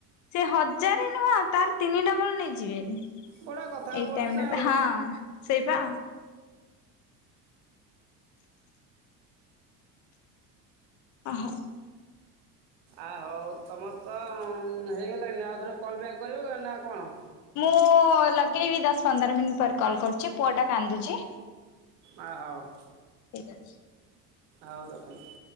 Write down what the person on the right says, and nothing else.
ଗୋଟେ କଥାକୁ
ପଡ଼ୁଛି
ନା
ଆଉ
ଆ ହଉ ତୁମର ତ ହେଇଗଲାଣି ଆଉ ଥରେ କଲ୍ ବ୍ୟାକ୍ କରିବ ନା କଣ?
ଓ ହୋ <unintelligible>
ଆଉ ରଖୁଛି